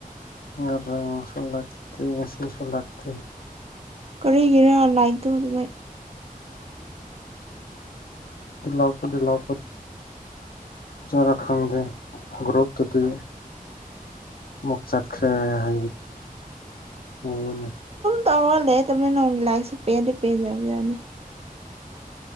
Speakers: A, on the left (about 80°); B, on the right (about 40°).
A: ꯑ ꯔꯁꯜ ꯂꯥꯛꯇ ꯉꯦꯁꯤꯁꯜ ꯂꯥꯛꯇ
B: ꯀꯔꯔꯤꯒꯅ ꯂꯥꯏꯛꯇ ꯑꯗꯨꯥꯏ
A: ꯑꯍꯂꯂꯄ ꯆꯔ ꯈꯪꯗ ꯒ꯭ꯔꯣꯞꯇꯗꯤ ꯑꯃꯨꯛ ꯆꯠꯈ꯭ꯔꯦ ꯍꯥꯏꯕꯗꯨ ꯑꯣꯏꯅ
B: ꯇꯧꯔꯂꯦ ꯑꯗꯨꯃꯤ ꯅꯣꯡꯒꯤ ꯂꯥꯏꯔꯤꯛꯁꯨ ꯄꯦꯟꯗꯤ ꯄꯦꯟꯗꯔꯕꯖꯥꯅꯤ